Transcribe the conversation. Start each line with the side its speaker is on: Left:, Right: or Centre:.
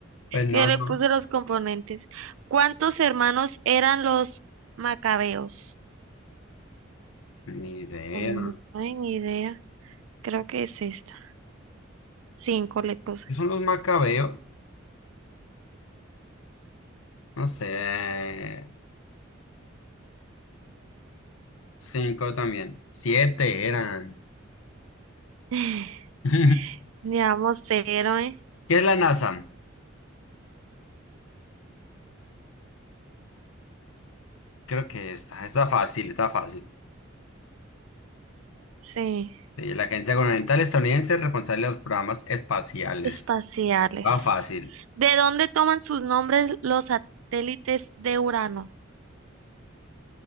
Left: Pues no,
Right: Yo le
Left: no.
Right: puse los componentes. ¿Cuántos hermanos eran los macabeos?
Left: Ni idea.
Right: Mm, No hay ni idea. Creo que es esta. Cinco le puse.
Left: ¿Qué son los macabeos? No sé. Cinco también. Siete eran.
Right: <laughs>
Left: <laughs> ¿Qué
Right: Llevamos cero, ¿eh?
Left: es la NASA? Creo que está, está fácil, está fácil.
Right: Sí.
Left: Sí, la Agencia Gubernamental Estadounidense responsable de los programas espaciales.
Right: espaciales.
Left: Va fácil.
Right: ¿De dónde toman sus nombres los satélites de Urano?